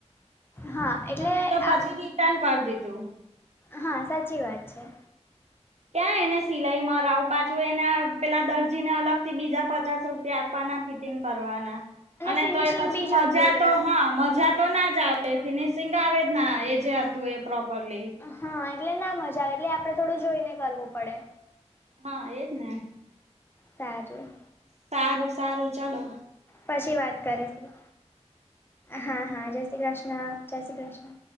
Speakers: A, on the left; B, on the right.
A: હા. એટલે
B: તો મેં
A: આ
B: તો પછી રિટર્ન કરી દીધું.
A: હા સાચી વાત છે.
B: ક્યાં એને સિલાઈ મરા‌ઉ પાછું એને પેલા દર્જીને અલગ થી બીજા પચાસ રૂપિયા આપવાના ફિટિંગ કરવાના અને
A: ફિનિશિંગ
B: તો એ પછી
A: બી જતું
B: મજા
A: રે
B: તો હા મજા તો ના જ આવે. એ ફિનિશિંગ આવે જ ના એ જે હતું એ પ્રોપરલી.
A: હા એટલે ના મજા આવે એટલે આપડે થોડું જોઈને કરવું પડે.
B: હા એ જ ને.
A: સારું.
B: સારું સારું ચલો.
A: પછી વાત કરીશું હા હા જય શ્રી કૃષ્ણ જય શ્રી કૃષ્ણ